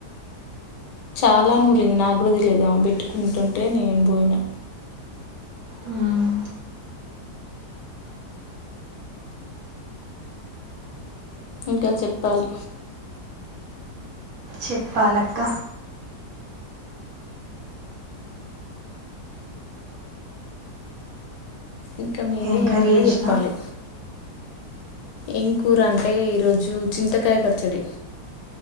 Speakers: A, on the left (about 75°); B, on the right (about 60°).
A: చాలా నూరింది నా కూడా తెలిదు ఆమె పెట్టుకుంటుంటే నేను పోయినా
B: మ్మ్.
A: ఇంకా చెప్పాలి
B: చెప్పాలక్క
A: ఇంకా మీరే
B: ఏం కర్రీ
A: ఏమన్నా
B: చేసినావ్
A: చెప్పాలి ఏం కూర అంటే ఈరోజు చింతకాయ పచ్చడి